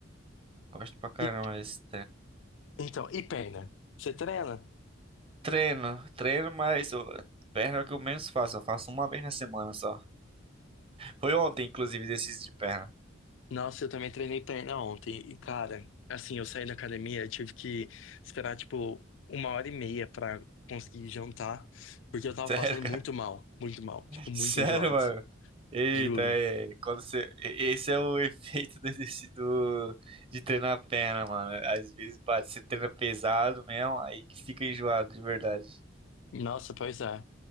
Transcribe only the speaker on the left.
E,
então, e perna? Você treina?
Nossa, eu também treinei perna ontem. E, cara, assim, eu saí da academia, eu tive que esperar, tipo, uma hora e meia pra conseguir jantar, porque eu tava
passando
muito mal, muito mal, tipo, muito
enjoado,
juro.
Nossa, pois é.